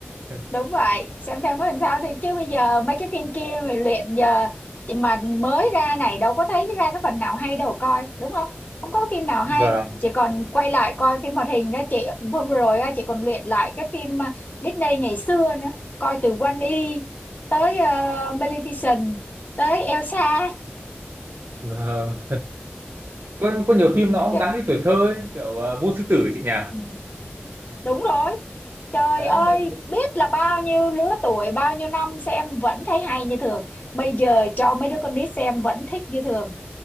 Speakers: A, on the right; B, on the left.
A: <laughs>
B: đúng vậy xem thêm có làm sao thì chứ bây giờ mấy cái phim kia mà luyện giờ chị mà mới ra này đâu có thấy ra cái phần nào hay đâu coi đúng không không có phim nào
A: vâng
B: hay chị còn quay lại coi phim hoạt hình đó chị hôm vừa rồi á, chị còn luyện lại cái phim à, Disney ngày xưa nữa coi từ Wall-E tới ờ, Maleficent tới Elsa
A: vâng có, có nhiều phim nó cũng
B: <laughs>
A: gắn với tuổi thơ ấy, kiểu ờ, Vua Sư Tử ấy chị nhỉ
B: Ừ. Đúng rồi. Trời
A: đấy
B: ơi,
A: mấy
B: biết là bao nhiêu lứa tuổi, bao nhiêu năm xem vẫn thấy hay như thường. Bây giờ cho mấy đứa con nít xem vẫn thích như thường.